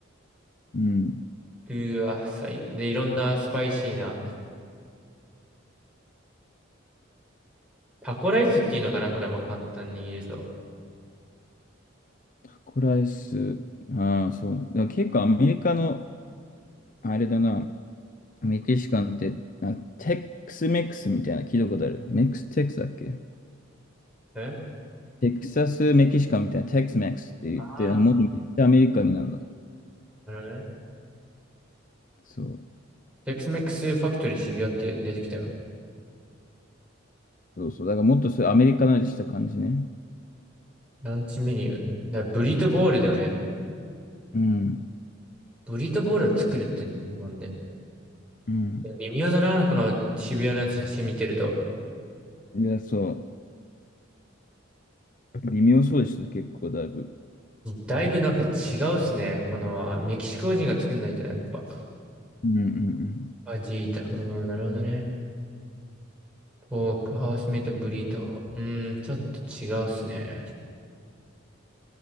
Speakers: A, on the left; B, in the centre.
A: うん。
B: うーわ、最、で、いろんなスパイシーなタコライスっていうのかなこれはまあ簡単に言うと。
A: タコライス。ああ、そうだ。でも結構アメリカの、あれだな、メキシカンって、なんかテックスメックスみたいなの聞いたことある。メックステックスだっけ
B: え
A: テキサスメキシカンみたいな、テックスメックスって言って、
B: ああ
A: なんかもっとめっちゃアメリカになるの。
B: ー、なるほどね。
A: そう。
B: テックスメックスファクトリー渋谷って出てきたよ。
A: そうそう。だからもっとそういうアメリカなりした感じね。
B: ランチメニュー。だからブリトボールだよね。
A: うん。
B: ブリトボールを作るって思うんで。
A: うん。
B: 微妙だな、この渋谷のやつ写真見てると。
A: いや、そう。微妙そうです。結構だいぶ。
B: だいぶなんか違うっすね。このメキシコ人が作んないとやっぱ。
A: うんうん
B: アジータ。うーん、なるほどね。ポークハウスメイトブリート。うーん、ちょっと違うっすね。